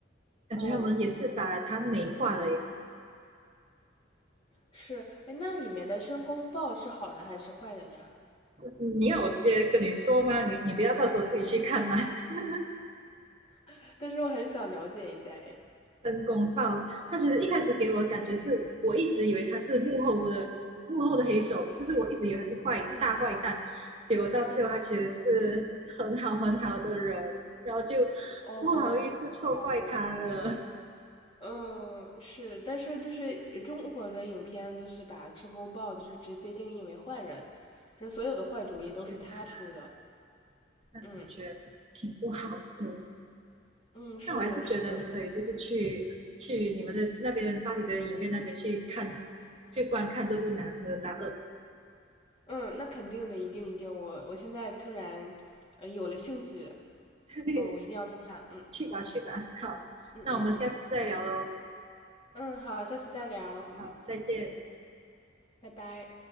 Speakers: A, on the right; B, on the left.
A: 感觉他们也是把它美化了耶。
B: 嗯，是，哎，那里面的申公豹是好人还是坏人呀？
A: 嗯你要我直接跟你说吗？你你不要到时候自己去看吗？<laughs>
B: <laughs> 但是我很想了解一下，哎。
A: 申公豹，他其实一开始给我的感觉是我一直以为他是幕后的幕后的黑手，就是我一直以为他是坏大坏蛋，
B: 嗯
A: 结果到最后他其实是很好很好的人，
B: 嗯，
A: 然后就
B: 哦，
A: 不好意思错怪他了。
B: 好的。嗯，是，但是就是呃中国的影片都是把申公豹就是直接定义为坏人，说所有的坏主意都是他出的。
A: 我的天哪，那感觉挺不好的。
B: 嗯嗯，是的，
A: 那我还是觉得你可以就是去去你们的那边巴黎的影院那边去看，
B: 是的。
A: 去观看这部《哪哪吒二》
B: 嗯，那肯定的，一定一定。我我现在突然呃有了兴趣，
A: <laughs>
B: 嗯，我一定要去看。嗯。
A: 去吧去吧，好，
B: 嗯嗯嗯
A: 那我们下次再聊喽，
B: 嗯，好，下次再聊，嗯，
A: 好，再见。
B: 拜拜。